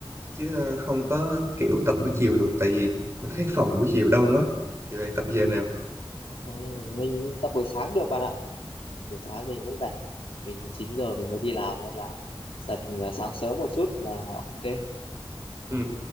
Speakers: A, on the right; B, on the left.
A: chứ ờ, không có kiểu tập buổi chiều được. Tại vì mình thấy phòng buổi chiều đông quá. Thì bạn tập giờ nào?
B: Không, mình tập buổi sáng được bạn ạ Ừ, buổi sáng mình cũng rảnh mình từ 9 giờ mình mới đi làm nên là tập à, sáng sớm một chút là ok
A: Ừ.